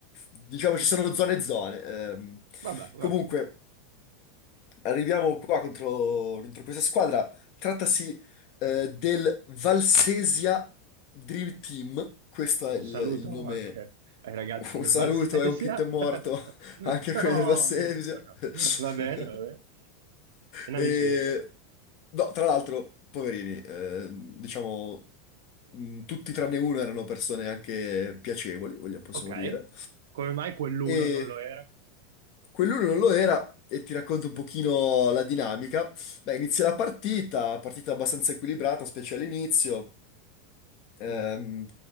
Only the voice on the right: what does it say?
Vabbè, vabbè.
Un
saluto
anche ai ragazzi
del
Valsesia.
<laughs>
No,
no, no.
Va bene, va bene. In
amicizia.
Ok.
Come mai quell'uno
non lo era?
Mm.